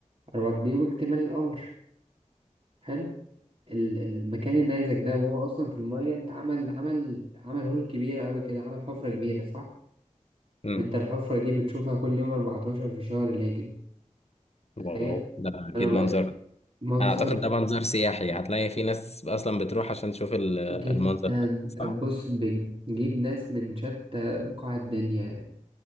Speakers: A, on the right; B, on the left.
A: أربعة دي يوم اكتمال القمر حلو ال- المكان النيزك ده وهو أصلا في المية أنت عمل عمل عمل هول كبير أوي كده عمل حفرة كبيرة صح؟
B: مم.
A: انت الحفرة دي بتشوفها كل يوم 14 في شهر الهجري
B: واو
A: تخيل
B: ده أكيد
A: انا بقى
B: منظر
A: منظر
B: أنا أعتقد ده منظر سياحي هتلاقي في ناس أصلا بتروح عشان تشوف ال- المنظر
A: جدا
B: ده صح؟
A: بص بنجيب ناس من شتى بقاع الدنيا